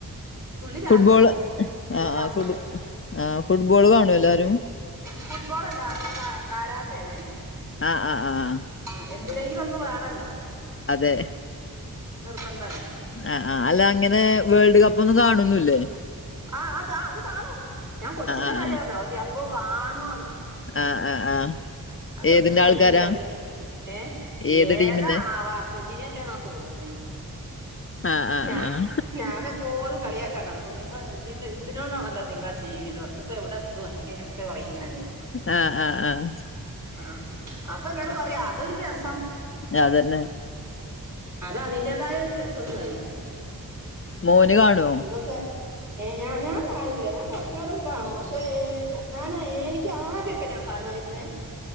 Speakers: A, on the right; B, on the left.
A: പുള്ളി രാവിലെ
B: ഫുട്ബോള്
A: പോവും ഏഴര
B: ആഹ്
A: ആവുമ്പോ
B: ആഹ് ഫുഡ്
A: പോവും
B: ആഹ് ഫുട്ബോള് കാണോ എല്ലാരും?
A: ഫുട്ബോൾ അല്ലാ കാ കാരാട്ടയാണ്
B: ആഹ് ആഹ് ആഹ് ആഹ്
A: ആഹ് എന്തിനെങ്കിലും ഒന്ന് വേണല്ലോ
B: അതെ
A: നിർബന്ധം അല്ലേ.
B: അഹ് ആഹ് അല്ല അങ്ങനെ വേൾഡ് കപ്പ് ഒന്നും കാണുന്നുല്ലേ?
A: ആഹ് അത് അത് കാണും ഞാൻ കൊച്ചിന്റെ
B: ആഹ്
A: കാര്യം പറഞ്ഞോ ഓ അപ്പോ കാണുന്നോ.
B: ആഹ് ആഹ് ആഹ്
A: അത്
B: ഏതിന്റെ
A: <unintelligible>
B: ആൾക്കാരാ
A: ഒരു പരിപാടി ഇല്ല. ഏഹ്
B: ഏത്
A: ഏതാണാവ
B: ടീമിന്റെ
A: അർജന്റീനറ്റേന്നാ തോന്നുന്നേ
B: ആഹ് ആഹ്
A: ഞാ
B: ആഹ്
A: ഞാനും ഓളും കളിയാക്കാൻ നടക്കും നിങ്ങൾ ഇതി ഇതിനോടാണല്ലോ നിങ്ങള ജീവിതം ത് പ്പ എവിടെ എത്തും അങ്ങനെ ഇങ്ങനൊക്കെ കൊറേ <unintelligible>
B: ആഹ് ആഹ് ആഹ്
A: ആഹ് അപ്പൊ എന്നോട് പറയാ അതൊരു രസം.
B: ഞാതന്നെ
A: അത് അതിന്റേതായ ഒരു രസംന്ന് പറിം.
B: മോന് കാണോ?
A: ഇതൊക്കെ ഏഹ് ഞാ ഞാൻ കാണില്ല ഞാൻ കൊർച്ചേരം കാണും. പക്ഷെ ഞാൻ ഏഴണിക്ക് ആദ്യക്കെ ഞ അവ്ട്ന്നാ വര്ണെ